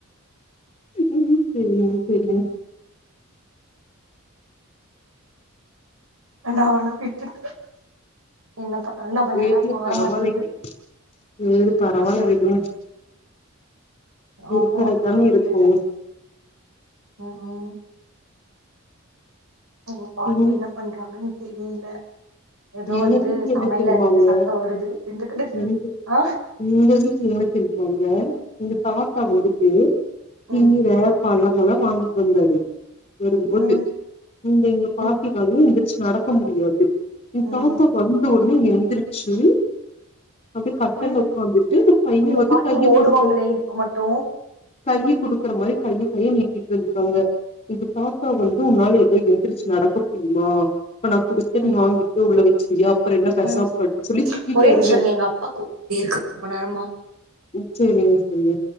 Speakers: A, on the left; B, on the right.
A: ம் சேரிங்க சேரிங்க
B: நா அவன விட்டுட்ட என்ன பண்ண என்ன பண்ண
A: சேரிங்க
B: அதா இப்ப வர
A: பரவால்லைங்க.
B: மாட்டிகுது
A: சேரி பரவாயில்ல விடுங்க
B: நானு
A: இருக்கற
B: அதனால
A: தான
B: விட்டுட்டே
A: இருக்கு
B: ம் ம் அவுங்க பாட்டு
A: ம்
B: என்ன பண்றாங்கன்னு தெரியல ஏதோ
A: எங்க
B: வந்து
A: வீட்ல
B: சமையல்
A: என்ன தெரியுமாங்க
B: அறையில சத்தோ வருது இன்டுகிட்டு
A: ம்
B: ஆ
A: எங்க வீட்ல என்ன தெரியுமாங்க எங்க தாத்தா வந்துட்டு கீர
B: ம்
A: பழமெல்லா வாங்கிட்டு வந்தாரு வரும்போது
B: ம்
A: இங்க எங்க பாட்டினாலையு
B: ம்
A: எந்துருச்சு நடக்க முடியாது எங்
B: ம்
A: தாத்தா வந்தவொன்னே எந்துருச்சு அப்டியே கட்டில்ல
B: ம்
A: உக்காந்துட்டு பைய
B: உங்க
A: வந்து
B: பாட்டி
A: கைய
B: ஓடுவாங்களே
A: கொடுக்கறது
B: இப்ப மட்டு
A: கையி குடுக்குற மாரி கைய கைய நீட்டிட்டு வந்துருக்காங்க இது தாத்தா வந்து உன்னால எதோ எந்துரிச்சு நடக்க முடியுமா இப்ப நா குடுத்த
B: ம்
A: நீ வாங்கிட் போய் உள்ள வச்சிருவியா அப்புற என்ன பெசாப்
B: ம்
A: படுன்னனு சொல்லி திட்டிட்டாருங்க
B: ஒரே நிமிஷோ இருங்க எங்க அப்பா கூப்ட்டே இருக்காரு ரொம்ப நேரமா
A: ம் சேரிங்க செரிங்க